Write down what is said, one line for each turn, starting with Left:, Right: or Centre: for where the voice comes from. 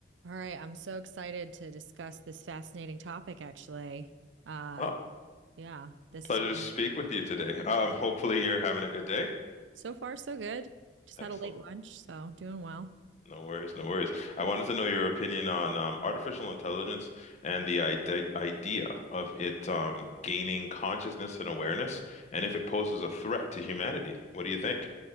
Right: All right, I'm so excited to discuss this fascinating topic, actually. Uh,
Left: Oh,
Right: yeah, this
Left: pleasure
Right: is
Left: to speak with you today. Um, hopefully you're having a good day.
Right: so far so good. Just
Left: Excellent.
Right: had a late lunch, so doing well.
Left: No worries, no worries. I wanted to know your opinion on um, artificial intelligence and the ide idea of it um, gaining consciousness and awareness, and if it poses a threat to humanity. What do you think?